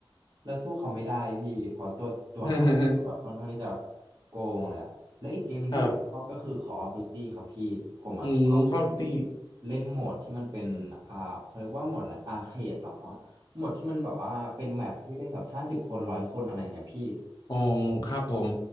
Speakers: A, on the right; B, on the left.
A: เราสู้เขาไม่ได้พี่เพราะตัวตัวเขาคือแบบค่อนข้างที่จะ
B: <laughs>
A: โกงเลยอะและอีกเกมหนึ่งที่ผมชอบก็คือ
B: ครับ
A: Call of Duty ครับพี่ผมอ่ะชอบเล่น
B: อืมคอลตี้
A: เล่นโหมดที่มันเป็นอ่าเขาเรียกว่าโหมดอะไรอาเคดหรอ โหมดที่มันแบบว่าเป็นแมปที่เล่นแบบห้าสิบคนร้อยคนอะไรเงี้ยพี่
B: อ๋อครับผม